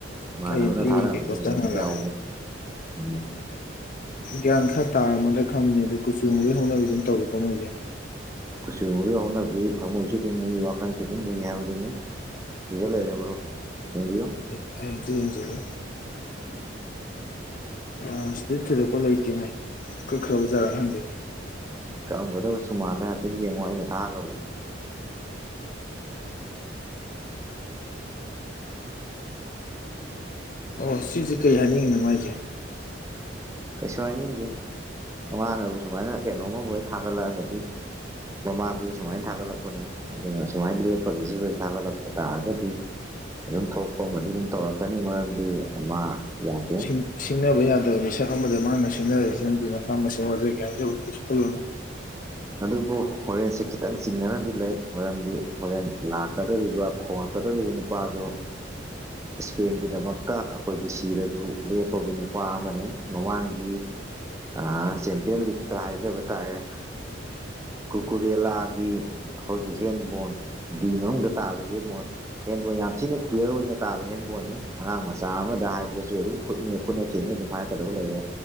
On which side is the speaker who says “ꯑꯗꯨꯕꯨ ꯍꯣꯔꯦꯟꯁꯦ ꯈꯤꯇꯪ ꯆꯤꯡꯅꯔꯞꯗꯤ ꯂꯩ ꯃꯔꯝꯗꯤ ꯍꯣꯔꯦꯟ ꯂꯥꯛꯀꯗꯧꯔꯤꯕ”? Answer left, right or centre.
Right